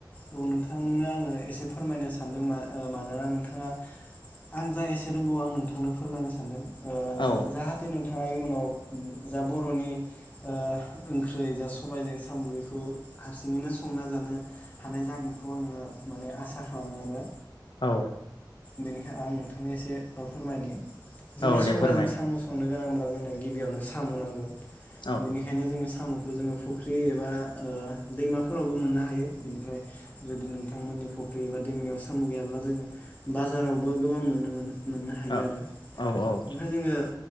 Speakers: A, on the left (about 20°); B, on the left (about 85°).
A: औ नोंथांनो आङो एसे फोरमायनो सानदों मा मानोना नोंथाङा आं जा एसे रोंगौ आं नोंथांनो फोरमायनो सानदों। ओ
B: औ
A: जाहाथे नों थाङा उनाव जा बर'नि ओ ओंख्रि स सबायाइजों साम बेखौ हारसिङैनो संना जानो हानाय जागोनखौ आङो माने आसा खालामो आरो।
B: औ
A: बेनिखाय आं नोंथांनि एसे फोरमायनि। जोंनिया
B: औ
A: सबायाइजों
B: दे फोरमाय
A: साम संनो गोनां ब्ला जोंङनो गिबियावनो सामु नांगोन।
B: औ
A: बेनिखायनो जोङो सामु खौ जोङो फुख्रि एबा ओ दैमाफोरावबो मोननो हायो बिनिफ्राय जुदि नोंथांमोननि फुख्रि एबा दैमायाव साम गैयाब्ला जोङो बाजारावबो गोबां मोननो मोनो। मोननो हायो
B: औ
A: आरो
B: औ औ
A: मफ्राय जोङो